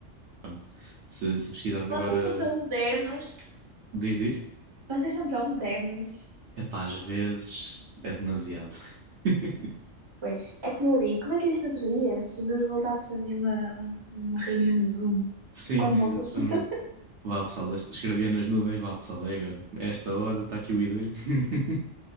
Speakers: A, on the right; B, on the right.
A: Pronto. Se, se pesquisares
B: Vocês
A: agora,
B: são tão modernos,
A: diz, diz.
B: vocês são tão modernos.
A: Epá, às vezes é demasiado. <laughs>
B: Pois, é como eu digo, como é que eu disse no outro dia? Se Jesus voltasse a fazer uma, um- uma reunião no Zoom,
A: Sim,
B: quando voltas,
A: exatamente.
B: <laughs>
A: Vá pessoal, este- escrevia nas nuvens, vá pessoal, é agora. A Esta hora está aqui o ID. <laughs>